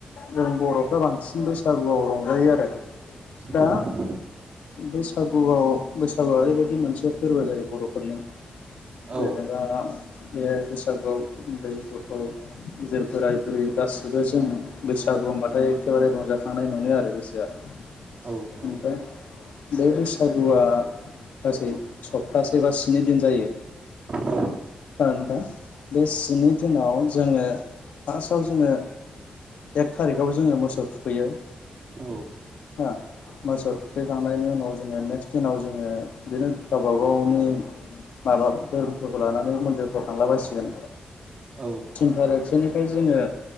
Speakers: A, on the left; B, on the right.
A: जों बर फ्रा बांसिन बैसागुआव रंजायो आरो। दा
B: औ नंगौ।
A: बैसागुआव बैसागुआ ओरैबायदि मोनसे फोर्बो जायो बर'फोरनि
B: औ
A: जेनेबा बे बैसागुआव उन्दै गथ जे बोराय बुरै गासिबो जों बैसागु होनबाथाय एखेबारे रंजाखांनाय मोनो आरो गोसोआ ओफ्राय
B: औ नंगौ
A: बे बैसा सागुआ गासै सप्तासे बा स्नि दिन जायो
B: औ
A: ओ नोंथां बे सिनि दिनाव जोङो फास्टआव जोङो एक थारिखआव जोङो मोसौ थुखैयो
B: औ
A: हो मोसौ थुखैखांनायनि उनाव जोङो नेक्स्ट दिनाव जोङो बिदिनो गावबा गावनि माबा धोरोमफोरखौ लानानै मन्दिरफ्राव थांला बायसिगोन
B: औ
A: थिनथारिग सोनिफाय जोङो